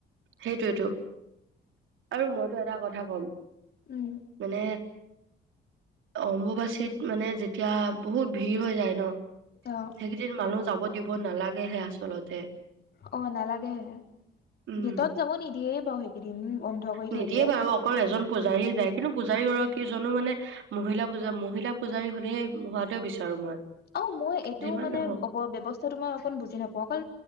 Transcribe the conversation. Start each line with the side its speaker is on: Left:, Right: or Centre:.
Right: সেইটোৱেটো আৰু মইতো এটা কথা ক হ'ল
Left: উম,
Right: মানে অম্বুবাচীত মানে যেতিয়া বহুত ভিৰ হৈ যায় নহ
Left: অ',
Right: সেইকেইদিন মানুহ যাব দিব ক'ব নালাগেহে আচলতে
Left: অহ নালাগেহে
Right: উম
Left: ভিতৰত যাব নিদিয়ে বাৰু সেইকেইদিন বন্ধ কৰি
Right: নিদিয়ে
Left: থৈ দিয়ে।
Right: বাৰু অকল এজন পূজাৰী যায় কিন্তু পূজাৰী গৰাকী কিজনো মানে মহিলা পূজা মহিলা পূজাৰী হলে হোৱাটোৱে বিচাৰো মই
Left: অহ, মই এইটো
Right: যিমান
Left: মানে
Right: নহওক
Left: অহ ব্যৱস্থাটো মই অকণ বুজি নাপাওঁ অকল